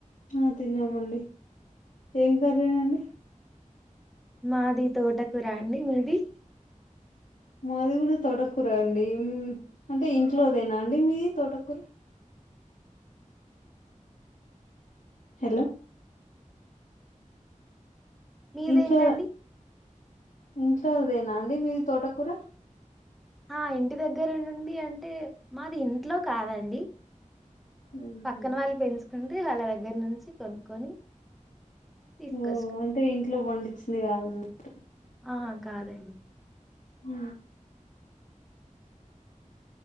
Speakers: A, on the left; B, in the centre.
A: ఆ తిన్నామండి ఏం కర్రీ అండి
B: మాది తోటకూర అండి మీది
A: మాది గుడా తోటకూరే అండి అంటే ఇంట్లోదేనా అండి మీది తోటకూర హలో
B: మీదేంటండి
A: ఇంట్లో ఇంట్లోదేనా అండి మీది తోటకూర
B: ఆ ఇంటి దగ్గర నుండి అంటే మాది ఇంట్లో కాదండి
A: ఉహు
B: పక్కన వాళ్ళు పెంచుకుంటే వాళ్ళ దగ్గర నుంచి కొనుక్కొని తీసుకొచ్చుకున్నాం
A: ఓ అంటే ఇంట్లో బండిచ్చింది కాదన్నట్టు
B: అహా కాదండి
A: అ